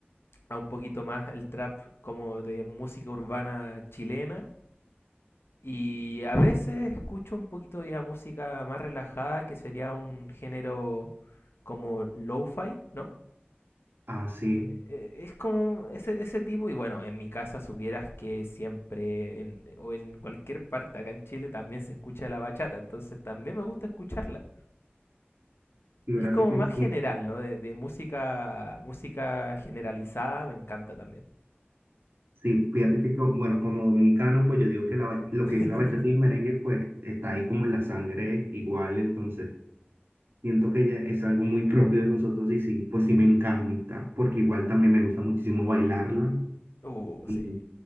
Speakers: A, on the left; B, on the right.
A: a un poquito más el trap como de música urbana chilena. Y a veces escucho un poquito ya música más relajada, que sería un género como lo-fi, ¿no?
B: Ah, sí.
A: Eh, eh, es como ese, ese tipo, y bueno, en mi casa supieras que siempre, en- o en cualquier parte acá en Chile también se escucha la bachata, entonces también me gusta escucharla.
B: Fíjate
A: Es como
B: que,
A: más general,
B: sí,
A: ¿no? De, de música, música generalizada me encanta también.
B: sí, fíjate que, co- bueno, como dominicano, pues yo digo que la, ba- lo
A: <laughs>
B: que es la bachata y el merengue, pues está ahí como en la sangre igual. Entonces, siento que ya es algo muy propio de nosotros y sí, pues sí me encanta, porque igual también me gusta muchísimo bailarla.
A: Uh,
B: Y,
A: sí,